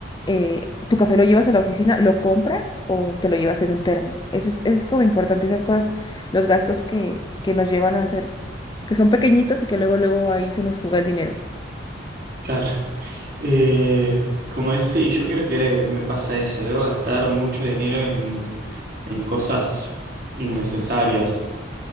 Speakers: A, on the left (about 20°); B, on the right (about 45°).
A: eh, tu café lo llevas a la oficina, lo compras o te lo llevas en un termo. Eso es, eso es como importante, esas cosas, los gastos que, que nos llevan a hacer, que son pequeñitos y que luego, luego ahí se nos fuga el dinero.
B: Claro. Eh, como es, sí, yo creo que me pasa eso. Debo gastar mucho dinero en, en cosas innecesarias.